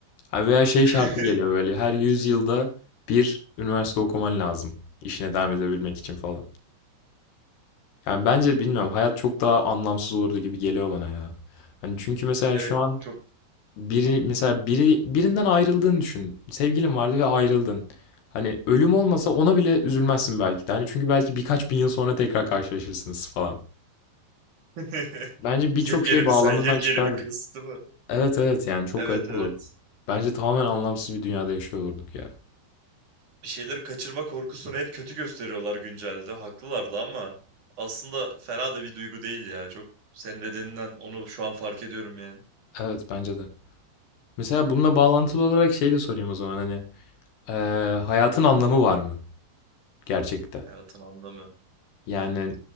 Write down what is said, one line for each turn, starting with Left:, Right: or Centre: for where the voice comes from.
Left: Ha Veya şey
Right: <laughs>
Left: şartı geliyor böyle her 100 yılda bir üniversite okuman lazım işine devam edebilmek için falan. Yani bence bilmiyorum hayat çok daha anlamsız olurdu gibi geliyor bana ya. Hani çünkü mesela
Right: Evet,
Left: şu an
Right: çok
Left: biri mesela biri birinden ayrıldığını düşün. Sevgilin vardı ve ayrıldın. Hani ölüm olmasa ona bile üzülmezsin belki de. Hani çünkü belki birkaç bin yıl sonra tekrar karşılaşırsınız falan.
Right: <laughs>
Left: Bence birçok
Right: yepyeni
Left: şey bağlamından
Right: bir sen, yepyeni
Left: çıkardı.
Right: bir kız, değil mi?
Left: Evet evet yani çok
Right: Evet,
Left: garip
Right: evet.
Left: olurdu. Bence tamamen anlamsız bir dünyada yaşıyor olurduk ya.
Right: Bir şeyleri kaçırma korkusunu hep kötü gösteriyorlar güncelde. Haklılardı ama aslında fena da bir duygu değil ya. Çok senin dediğinden onu şu an fark ediyorum yani.
Left: Evet bence de. Mesela bununla bağlantılı olarak şey de sorayım o zaman hani eee, hayatın anlamı var mı gerçekte?
Right: Hayatın anlamı.
Left: Yani